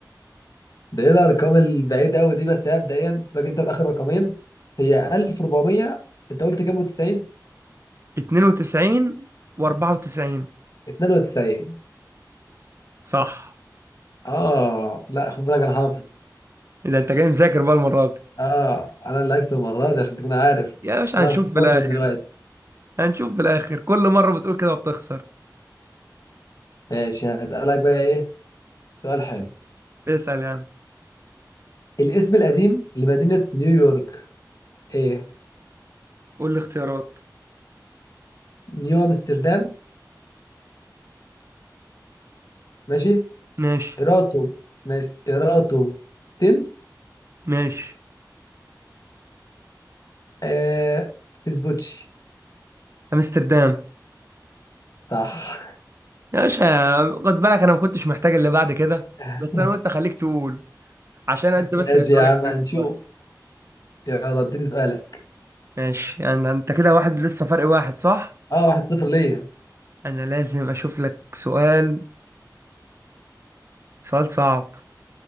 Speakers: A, on the left; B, on the right.
A: ده إيه الأرقام البعيدة أوي دي بس هي مبدئيا سيبك أنت من آخر رقمين هي 1400 أنت قلت كام و90
B: 1792 و94
A: 92
B: صح
A: أه لا خد بالك أنا حافظ
B: إذا أنت جاي مذاكر بقى المرة دي
A: أه أنا اللي هكسب المرة دي عشان تكون عارف
B: يا باشا
A: أنا
B: هنشوف
A: بفكرك
B: في الآخر
A: من دلوقتي
B: هنشوف في الآخر كل مرة بتقول كده وبتخسر
A: ماشي هسألك بقى ايه سؤال حلو
B: اسأل يا عم
A: الاسم القديم لمدينة نيويورك ايه
B: قول لي اختيارات
A: نيو امستردام ماشي
B: ماشي
A: ايراتو ماشي ايراتو ستينز
B: ماشي
A: آه فيسبوتشي
B: أمستردام
A: صح
B: يا باشا خد بالك انا ما كنتش محتاج اللي بعد كده
A: <laughs>
B: بس انا وانت خليك تقول عشان انت بس
A: ماشي
B: اللي سؤالك
A: يا عم
B: كده
A: هنشوف
B: بس
A: يلا اديني سؤالك
B: ماشي يعني انت كده واحد لسه فرق واحد صح
A: اه واحد صفر ليا
B: انا لازم اشوف لك سؤال سؤال صعب